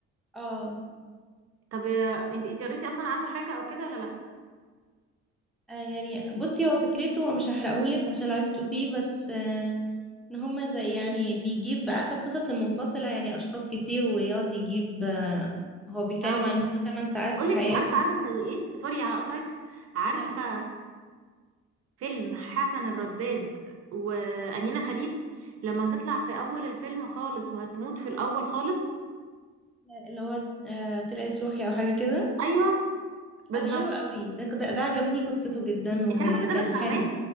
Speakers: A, in the centre; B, on the right.
A: اه
B: طب آه، انت انت قريتي اصلا عنه حاجه او كده ولا لا
A: آه، يعني بصي هو فكرته مش هحرقهولك عشان لو عايز تشوفيه بس آه، ان هما زي يعني بيجيب عارفة القصص المنفصلة يعني أشخاص كتير ويقعد يجيب آه، هو بيتكلم
B: اه
A: عن ان هما 8 ساعات
B: بقولك
A: في حياتهم
B: إيه، عارفه عامل زي ايه سوري على قطعك عارفه
A: لا قلت
B: فيلم حسن الرداد وأمينة خليل لما هتطلع في أول الفيلم خالص وهتموت في الأول خالص
A: لا، اللي هو آه، طلعت روحي او حاجه كده
B: أيوه بالظبط
A: لا ده حلو قوي ده ده, ده عجبني قصته جدا وكان
B: أنت عارفة إن ده مش فاهماه
A: حلو